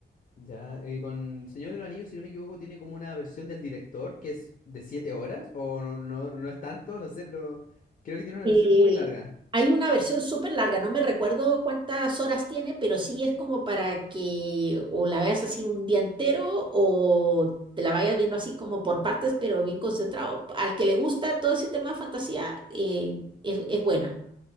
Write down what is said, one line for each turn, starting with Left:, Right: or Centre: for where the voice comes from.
Left: Ya, eh, con Señor de los Anillos, si no me equivoco, tiene como una versión del director que es de siete horas, o no, no, no es tanto, no sé, pero creo que tiene una
Right: Eh,
Left: versión muy larga.
Right: hay una versión súper larga, no me recuerdo cuántas horas tiene, pero sí es como para que o la veas así un día entero o te la vayas viendo así como por partes, pero bien concentrado. Al que le gusta todo ese tema de fantasía, eh, es, es buena.